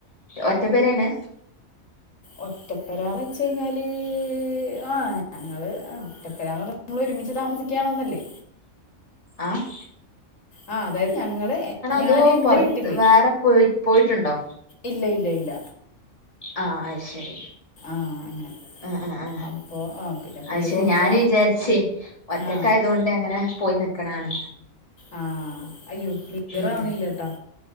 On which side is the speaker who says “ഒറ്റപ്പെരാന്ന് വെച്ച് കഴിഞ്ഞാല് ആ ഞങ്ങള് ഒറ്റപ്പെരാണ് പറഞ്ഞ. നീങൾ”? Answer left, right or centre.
Left